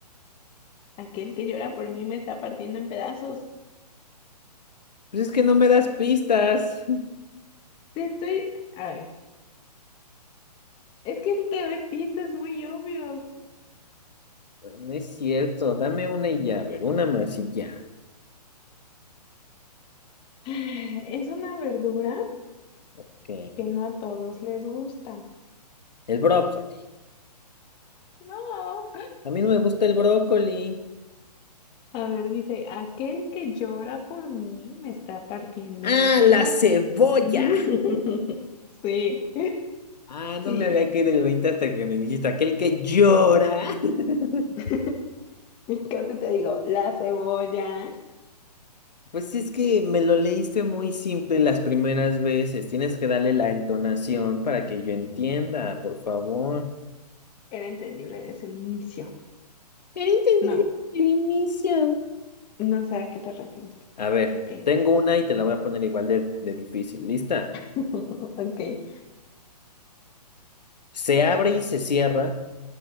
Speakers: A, on the left; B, on the left.
A: Aquel que llora por mí me está partiendo en pedazos.
B: Pues es que no me das pistas. <laughs>
A: Te estoy... A ver, es que si te doy pistas, es muy obvio.
B: No es cierto, dame una y ya, a ver, una más y ya.
A: <sighs> Es una verdura
B: Ok.
A: que no a todos les gusta.
B: El brócoli.
A: No.
B: A mí no me gusta el brócoli.
A: A ver, dice, aquel que llora por mí me está partiendo
B: ¡Ah,
A: en pedazos.
B: la cebolla!
A: <laughs> Sí,
B: Ah, no
A: sí.
B: me había quedado el 20 hasta que me dijiste aquel que llora. <laughs>
A: <laughs> Casi te digo, la cebolla
B: Pues sí, es que me lo leíste muy simple las primeras veces. Tienes que darle la entonación para que yo entienda, por favor.
A: era entendible desde un inicio.
B: Era entendible
A: No,
B: desde el inicio.
A: no sé a qué te refieres tú.
B: A ver,
A: Ok.
B: tengo una y te la voy a poner igual de, de difícil. ¿Lista?
A: <laughs> Ok.
B: Se abre y se cierra